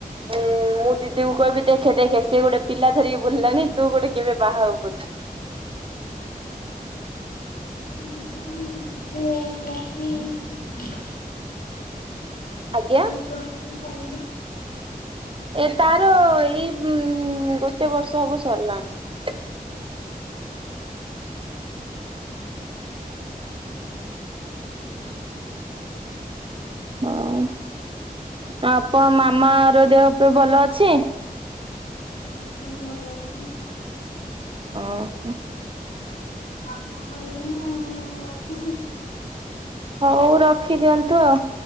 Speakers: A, on the right; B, on the left.
A: ଉଁ -- ଉଁ ମୁଁ ଦିଦି କହିବି ଦେଖେ ଦେଖେ ସେ ଗୋଟେ ପିଲା ଧରିକି ବୁଲିଲାନି ତୁ ଗୋଟେ କେବେ ବାହା ହବୁନ୍
B: ଆମ ଦିଦି କେବେ <unintelligible>
A: ଆଜ୍ଞା
B: କେବେ ପ୍ଲସ୍ ଥ୍ରୀ ସାରିଲେ?
A: ଏ ତାର ଏଇ ଗୋଟେ ବର୍ଷ ହବ ସରିଲାଣି। ହଁ ଆପଣ ମାମା ର ଦେହ ଫେହ ଭଲ ଅଛି?
B: ହଁ ସମସ୍ତଙ୍କର ଭଲ ଅଛି।
A: ଅଁହଃ।
B: ଆଉ କଣ କହିବେ ନା ମୁଁ ରଖିବି।
A: ହଉ ରଖିଦିଅନ୍ତୁ ଆଉ।